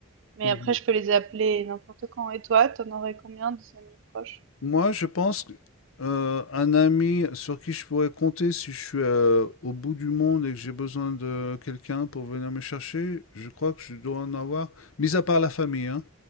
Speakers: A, on the right; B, on the left.
A: Mais
B: main?
A: après,
B: Mhm.
A: je peux les appeler n'importe quand. Et toi, t'en aurais combien de amis proches?
B: Moi, je pense que, euh, un ami sur qui je pourrais compter si je suis euh, au bout du monde et que j'ai besoin de quelqu'un pour venir me chercher, je crois que je dois en avoir, mis à part la famille, hein,